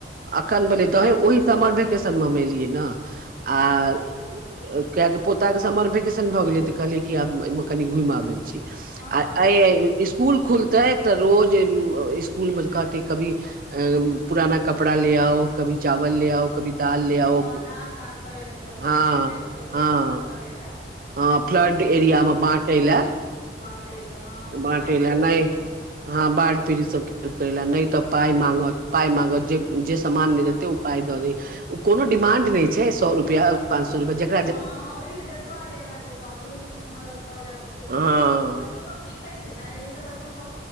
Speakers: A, on the right (about 50°); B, on the left (about 55°).
A: एखन भेलै तऽ हैं ओहि समर वेकेशन में हम एलियै ने आ
B: अच्छा अच्छा
A: कियाकि पोता के समर वेकेशन भए गेले त कहलिये की आब एमे कनी घुमि आबै छी
B: हँ
A: आ
B: हँ नीके
A: अइ
B: केलौं
A: स् स्कूल खुलतै तऽ रोज स्कूल म जे कहतै कभी अ पुराना कपड़ा ले आओ कभी चावल ले आओ कभी दाल ले आओ
B: हँ दान तान करे अथी सब करे
A: हँ
B: ले हेल्प कर लोक
A: हँ
B: सब मदद करे ले
A: हँ फ्लड
B: लोक
A: एरिया
B: सबक मदद
A: में बाटैला
B: बाँटे ले हँ
A: बांटैला
B: बाढ़ि पीड़ित
A: नहि
B: सबके
A: हँ बाढ़ पीड़ीत सबके करैला नहि
B: हँ
A: तऽ पाय मांगत पाइ मांगत जे जे सामान नहि देते
B: हँ
A: ओ पाइ दऽ दै ओ कोनो डिमांड नहि छै सौ रुपैआ पच सो रूपैया जक
B: हँ ओहि सँ जतबा जेकरा जेतबा ओहि सँ किछु मदद भऽ जायत से तऽ
A: हँ
B: ठीके बड़का बच्चो सब सीख होय छै न एहि सँ बच्चो सब